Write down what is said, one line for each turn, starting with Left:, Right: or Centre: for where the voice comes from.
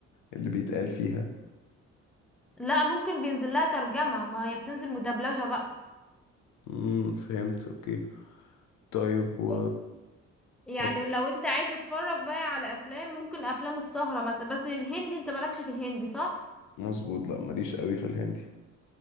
Left: اللي بيتقال فيها
Centre: لا ممكن بينزل لها ترجمة ما هي بتنزل مدبلجة بقى
Left: امم فهمت اوكي طيب و
Centre: مم- يعني
Left: طب
Centre: لو انت عايز تتفرج بقى على افلام ممكن افلام السهرة مثلا بس الهندي انت مالكش في الهندي صح
Left: مظبوط لا ماليش قوي في الهندي